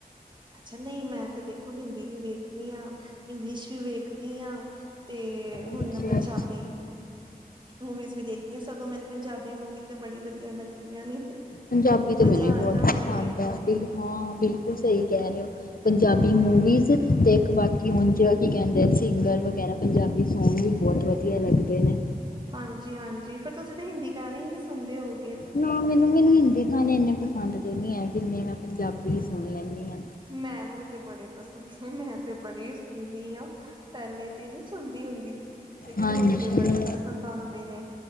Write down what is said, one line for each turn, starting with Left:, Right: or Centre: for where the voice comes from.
Right: ਅੱਛਾ ਨਈ ਮੈਂ ਤੇ ਦੇਖੋ ਹਿੰਦੀ ਵੀ ਵੇਖਨੀ ਆ ਇੰਗਲਿਸ਼ ਵੀ ਵੇਖਦੀ ਆਂ। ਤੇ ਹੁਨ
Left: ਅੱਛਾ
Right: ਪੰਜਾਬੀ
Left: ਅੱਛਾ
Right: ਮੂਵੀਜ਼ ਵੀ ਦੇਖਦੀ ਆਂ ਸਗੋਂ ਮੈਨੂੰ ਪੰਜਾਬੀ ਮੂਵੀ ਤੇ ਬੜੀ ਵਦੀਆ ਲੱਗਦੀਆਂ ਨੇ।
Left: ਪੰਜਾਬੀ ਤੇ
Right: ਮਜ਼ਾ
Left: ਮੈਨੂੰ ਵੀ
Right: ਆ
Left: ਬੌਤ
Right: ਜਾਂਦਾ
Left: ਪਸੰਦ
Right: ਵੇਖ
Left: ਆ
Right: ਕੇ
Left: ਬਿਲ ਹਾਂ ਬਿਲਕੁੱਲ ਸਈ ਕੈ ਰੇ। ਪੰਜਾਬੀ ਮੂਵੀਜ਼ ਤੇ ਇੱਕ ਬਾਕੀ ਹੁਣ ਜੋ ਕੀ ਕੈਂਦੇ ਸਿੰਗਰ ਵਗੈਰਾ ਪੰਜਾਬੀ ਸੌਂਗ ਵੀ ਬੌਤ ਵਧੀਆ ਲੱਗਦੇ ਨੇ।
Right: ਹਾਂਜੀ, ਹਾਂਜੀ ਫੇਰ ਤੁਸੀ ਤੇ ਹਿੰਦੀ ਗਾਣੇ ਈ ਨੀ ਸੁਨਦੇ ਹੋਓ
Left: ਨਾ ਮੈਨੂੰ, ਮੈਨੂੰ ਹਿੰਦੀ ਗਾਣੇ ਇੰਨੇ ਪਸੰਦ ਦੇ ਨੀ ਹੈ ਜਿੰਨੇ ਮੈਂ ਪੰਜਾਬੀ ਈ ਸੁਣ ਲੈਂਦੀ ਆਂ।
Right: ਮੈਨੂੰ ਤੇ ਬੜੇ ਪਸੰਦ ਸੀ ਮੈਂ ਤੇ ਬੜੇ ਸੁਣਦੀ ਆਂ। ਪੈਲੇ ਤੇ ਨੀ ਸੁਣਦੀ ਹੁੰਦੀ ਸੀ ਲੇਕਿਨ
Left: ਹਾਂਜੀ।
Right: ਹੁਨ ਤੇ ਬੜੇ ਪਸੰਦ ਆਂਦੇ ਨੇ।